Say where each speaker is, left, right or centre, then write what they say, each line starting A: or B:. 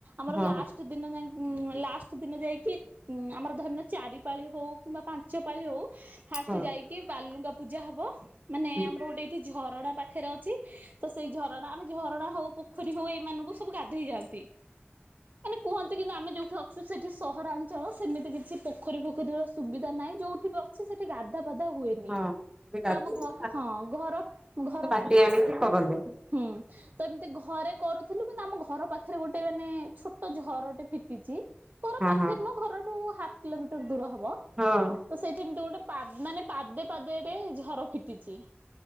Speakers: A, on the right; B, on the right.
A: ଆମର
B: ହଁ
A: ଲାଷ୍ଟ
B: ହଁ।
A: ଦ ଯ ଲାଷ୍ଟ ଦିନ ଯାଇକି ହଁ ଆମର ଧରଣ ଚାରି ପାଳି ହଉ କିମ୍ବା ପାଞ୍ଚ ପାଳି ହଉ ଫାଷ୍ଟ
B: ହଁ
A: ଯାଇକି ବାଲୁଙ୍ଗା ପୂଜା ହବ ମାନେ
B: ହୁଁ
A: ଆମର ଗୋଟେ ଏଇଠି ଝରଣା ପାଖରେ ଅଛି ତ ସେଇ ଝରଣା ଆମେ ଝରଣା ହଉ ପୋଖରୀ ହଉ ଏଇମାନାନଙ୍କୁ ସବୁ ଗାଧେଇ ଯାଆନ୍ତି ମାନେ କୁହନ୍ତି କିନ୍ତୁ ଆମେ ଯୋଉଠି ଅଛୁ ସେଠି ସହରାଞ୍ଚଳ ସେମିତି କିଛି ପୋଖରୀୋଖୀର ସୁବିଧା ନାହିଁ ଯୋଉଠି ବି କିଛି ସେଠି ଗାଧା ପାଧା ହୁଏନି
B: ହଁ ଗାଧେଇକି
A: ତ ଆମ ଘ ହଁ ଘର ଘର
B: ଆଣିକି କରନ୍ତି
A: ହୁଁ ତ ଏମିତି ଘରେ କରୁଥିଲୁ କିନ୍ତୁ ଆମ ଘର ପାଖରେ ଗୋଟେ ମାନେ ଛୋଟ ତୋ ଝରଟେ ଫିଟିଛି ତୋର
B: ହଁ
A: ପାଖରେ
B: ହଁ
A: ନ ଘରଠୁ ହାଫ୍ କିଲୋମିଟର ଦୂର ହବ
B: ହଁ।
A: ତ ସେଇଠି ଏମିତି ଗୋଟେ ପାଦ ମାନେ ପାଦେ ପାଦେରେ ଝର ଫିଟିଚି